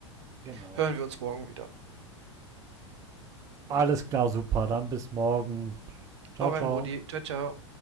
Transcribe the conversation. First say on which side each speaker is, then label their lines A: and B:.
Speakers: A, on the right (about 20°); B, on the right (about 65°).
A: Genau.
B: hören wir uns morgen wieder.
A: Alles klar, super. Dann bis morgen. Ciao,
B: Euer
A: ciao.
B: Brudi. Ciao, ciao.